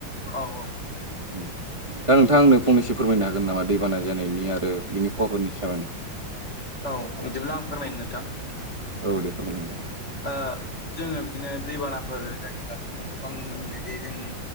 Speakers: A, on the left; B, on the right.
A: औ
B: उम दा नोंथांङा आंनो फंनैस फोरमायनो हागोन नामा दैबाना जानायनि आरो बिनि खहाफोरनि सोमोन्दै
A: औ बिदिब्ला आं फोरमायनो नोंथां।
B: औ दे फोरमायदो नोंथां।
A: ओ जोङो बिदिनो दैबानाफोर जायोब्ला बिदिनो गोबां नुनो मोनो जे जोंनि